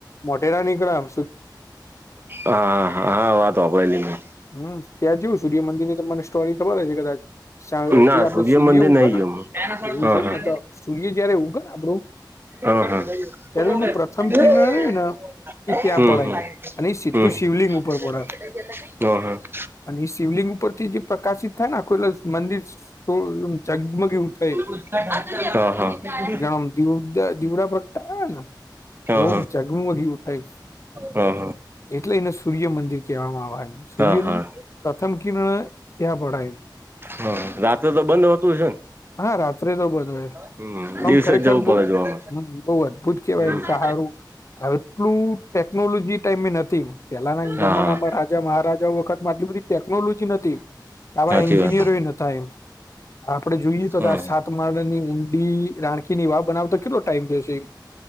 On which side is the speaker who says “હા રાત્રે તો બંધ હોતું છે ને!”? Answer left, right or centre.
Right